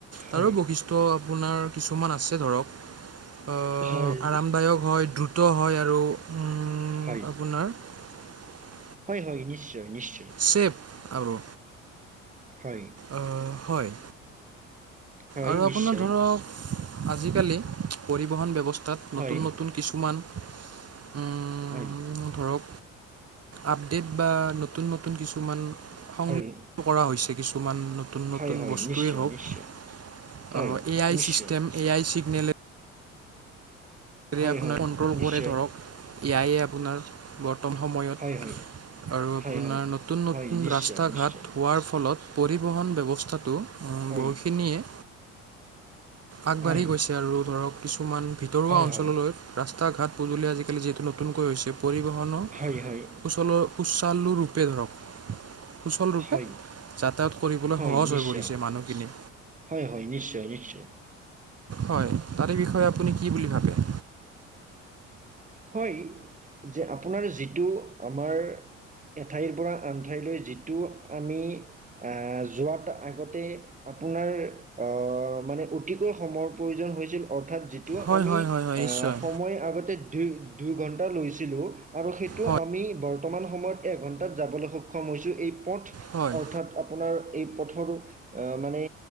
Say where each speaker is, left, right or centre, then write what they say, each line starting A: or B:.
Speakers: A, on the right; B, on the right.
A: হয়
B: তাৰো বৈশিষ্ট আপোনাৰ কিছুমান আছে ধৰক। আহ
A: হয়
B: আৰামদায়ক হয়, দ্ৰুত হয় আৰু উম,
A: হয়
B: <unintelligible>
A: হয়, হয়। নিশ্চয়, নিশ্চয়।
B: ছেফ আৰু
A: হয়।
B: আ, হয়।
A: হয়
B: আৰু আপোনাৰ
A: নিশ্চয়
B: ধৰক আজিকালি পৰিবহন ব্যৱস্থাত
A: হয়
B: নতুন নতুন কিছুমান উম
A: হয়।
B: ধৰক আপডেট বা নতুন, নতুন কিছুমান সংযোগ
A: হয়
B: কৰা হৈছে। বৰ্তমান নতুন নতুন
A: হয় হয়
B: বস্তুৱেই
A: নিশ্চয়
B: হওঁক।
A: নিশ্চয়
B: অ,
A: হয়
B: এ আই
A: নিশ্চয়
B: চিষ্টেম, এ আই চিগ্নেল।
A: হয়
B: আপোনাৰ
A: হয়
B: কন্ট্ৰল কৰে
A: নিশ্চয়
B: ধৰক, এ আই আপোনাক ন, সময়ত
A: হয় হয়
B: আৰু
A: হয়
B: আপোনাৰ
A: হয়
B: নতুন নতুন
A: হয় নিশ্চয়
B: ৰাস্তা
A: নিশ্চয়
B: ঘাট হোৱাৰ ফলত পৰিবহণ ব্যৱস্থাটো উম,
A: হয়
B: বহুখিনিয়ে আগবাঢ়ি
A: হয়
B: গৈছে আৰু ধৰক, কিছুমান ভিতৰুৱা
A: হয়
B: অঞ্চললৈ
A: হয়
B: ৰাস্তা। তা ঘাট পদূলি আজিকালি যিহেতু নতুনকৈ হৈছে। পৰিবহণৰ
A: হয় হয়
B: সুচলৰ। সুচালু ৰূপে ধৰক। সুচলৰূপে
A: হয়
B: যাতায়াত কৰিবলৈ
A: হয়
B: সহজ
A: নিশ্চয়
B: হৈ পৰিছে মানুহখিনি।
A: হয়, হয়। নিশ্চয়, নিশ্চয়।
B: হয়। তাৰে বিষয়ে আপুনি কি বুলি ভাবে?
A: হয় যে, আপোনাৰ যিটো আমাৰ। এঠাইৰ পৰা আনঠাইলৈ যিটো আমি আ যোৱাত আগতে ই। আপোনাৰ অ, মানে অতিকৈ সময়ৰ প্ৰয়োজন হৈছিল অৰ্থাৎ,। যিটো
B: হয়
A: আমি
B: হয় হয় হয়
A: অ,
B: নিশ্চয়
A: সময় আগতে যি দুই-দুই ঘণ্টা লৈছিলো আৰু সেইটো
B: হয়
A: আমি বৰ্তমান সময়ত এঘন্টাত যাবলৈ সক্ষম ক্ষম হৈছোঁ। এই পথ।
B: হয়
A: অৰ্থাৎ, আপোনাৰ এই পথৰো আহ মানে